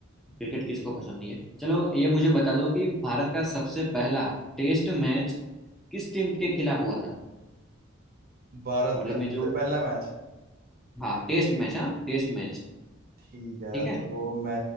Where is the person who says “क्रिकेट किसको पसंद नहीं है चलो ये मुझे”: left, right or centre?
Centre